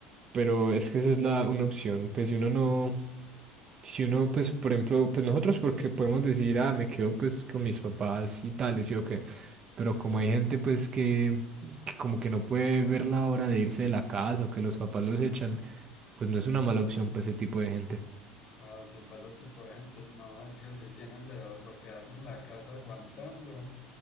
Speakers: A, on the right; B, on the left.
A: Pero es que esa es la una opción. Pues si uno no, si uno, pues, por ejemplo, pues nosotros porque podemos decir, ah, me quedo pues con mis papás y tales, y o qué. Pero como hay gente pues que, que como que no puede ver la hora de irse de la casa o que los papás los echan, pues no es una mala opción para ese tipo de gente.
B: Ah, si pasa tipo de gente, no, es que si tienen dedos o quedas en la casa aguantando